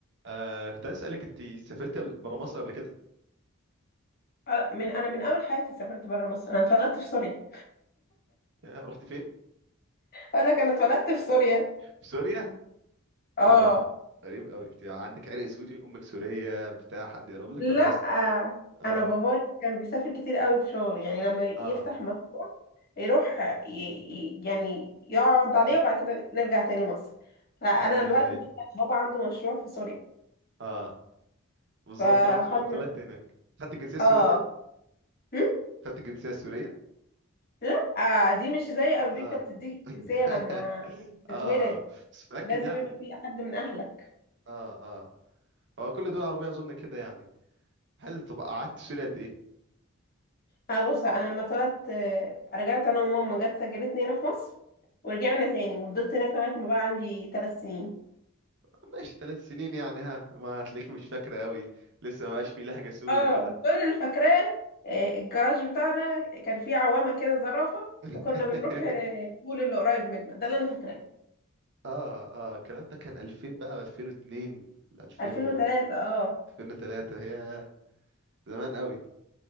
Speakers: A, on the right; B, on the left.
A: آه كنت عايز اسالك انت سافرت بره مصر قبل كده
B: آه، من انا من اول حياتي سافرت برا مصر انا اتولدت في سوريا
A: يا، رحت فين
B: اقول لك انا اتولدت في سوريا
A: في سوريا
B: اه
A: ايه ده غريب قوي انت عندك عرق سوري امك سوريه بتاع حد يقرب لك
B: لا
A: ولا بس اه
B: انا بابايا كان بيسافر كتير قوي في شغل يعني لما يفتح
A: اه
B: مشروع يروح ي... ي- يعني يقعد عليه
A: امم
B: وبعد كده نرجع تاني مصر فانا
A: ايوه
B: الوقت
A: ايوه
B: ده كان بابا عنده مشروع في سوريا
A: اه بالظبط
B: فخدنا
A: رحت بقى طلعت هناك خدت الجنسيه السوريه
B: اه
A: طيب
B: هم؟
A: خدت الجنسيه السوريه
B: لا آه، دي مش زي امريكا
A: اه
B: بتديك
A: <laughs>
B: الجنسية لما تتولد
A: اه اه بس متاكد
B: لازم
A: يعني
B: يبقى في حد من اهلك
A: اه اه هو كل دول عربيه اظن كده يعني هل طب قعدت سوريا قد ايه
B: انا بص انا لما طلعت آه، رجعت انا وماما جت سجلتني هنا في مصر ورجعنا تاني وفضلت هناك لغايه ما بقى عندي ثلاث سنين
A: ماشي ثلاث سنين يعني ها ما هتلاقيك مش فاكرة قوي لسه ما بقاش في لهجة سوري
B: اه
A: كده
B: كل اللي فاكراه آه، الجراج بتاعنا كان فيه عوامه كده زرافه
A: <laughs>
B: وكنا بنروح آه، البول اللي قريب منا ده اللي انا فاكراه
A: اه اه الكلام ده كان 2000 بقى 2002 ل 2000
B: 2003
A: و
B: اه
A: 2003 هي زمان قوي